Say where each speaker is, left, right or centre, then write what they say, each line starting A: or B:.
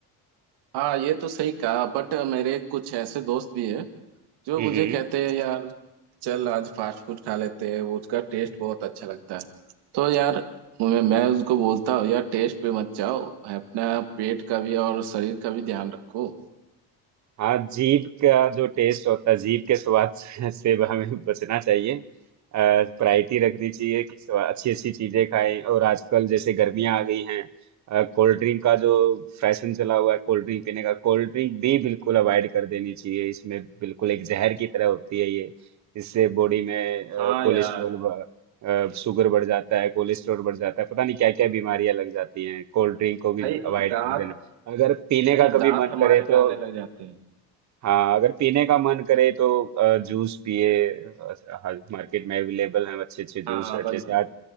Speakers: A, on the right; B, on the right.
A: हाँ ये तो सही कहा बट मेरे कुछ ऐसे दोस्त भी हैं जो
B: हम्म
A: मुझे कहते हैं यार चल आज फास्ट फूड खा लेते हैं वो उसका टेस्ट बहुत अच्छा लगता है तो यार मैं मैं उसको बोलता हूँ यार टेस्ट पे मत जाओ अपना पेट का भी और शरीर का भी ध्यान रखो
B: हाँ जीभ का जो टेस्ट होता है जीभ के स्वाद <laughs> से से हमें बचना चाहिए प्रायोरिटी रखनी चाहिए कि अच्छी अच्छी चीजें खाएं और आजकल जैसे गर्मियां आ गई हैं कोल्ड ड्रिंक का जो फैशन चला हुआ है कोल्ड ड्रिंक पीने का कोल्ड ड्रिंक भी बिल्कुल अवॉइड कर देनी चाहिए इसमें बिल्कुल एक जहर की तरह होती है ये इससे बॉडी में
A: हाँ
B: कोलेस्ट्रॉल
A: यार
B: शुगर बढ़ जाता है कोलेस्ट्रॉल बढ़ जाता है पता नहीं क्या क्या बीमारियां लग जाती हैं कोल्ड ड्रिंक को भी
A: भाई
B: अवॉइड
A: दांत
B: कर देना अगर पीने
A: भाई
B: का कभी
A: दांत
B: मन
A: हमारे
B: करे
A: जाने
B: तो
A: लग जाते हैं
B: हाँ अगर पीने का मन करे तो अ, जूस पिए अ, हाँ, मार्केट में अवेलेबल हैं अच्छे अच्छे
A: हाँ
B: जूस
A: बिल्कुल
B: जैसे आज